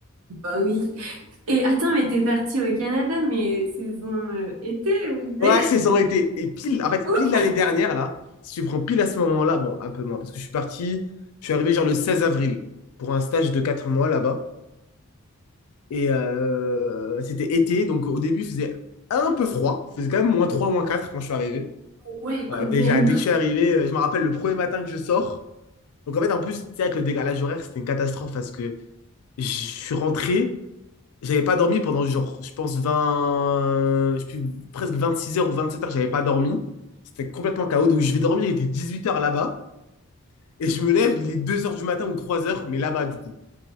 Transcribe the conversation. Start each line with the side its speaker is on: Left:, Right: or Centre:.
Right: bah oui. Et attends, mais t'es partie au Canada, mais saison euh, été ou hiver?
Left: Ouais, saison été. Et pile, en fait,
Right: Ouf!
Left: pile l'année dernière, là, si tu prends pile à ce moment-là, bon, un peu moins, parce que je suis parti, je suis arrivé genre le 16 avril pour un stage de 4 mois là-bas. Et euh, c'était été, donc au début, il faisait un peu froid. Il faisait quand même moins 3, moins 4 quand je suis arrivé.
Right: Ouais,
Left: Ouais,
Right: quand
Left: déjà,
Right: même.
Left: dès que je suis arrivé, euh, je me rappelle le premier matin que je sors. Donc en fait, en plus, tu sais, avec le décalage horaire, c'était une catastrophe parce que je suis rentré, J'avais pas dormi pendant genre, je pense, 20 je sais plus, presque six heures ou 27 heures, j'avais pas dormi. C'était complètement chaos. Donc je vais dormir, il était huit heures là-bas. Et je me lève, il est 2 heures du matin ou 3 heures, mais là-bas du coup.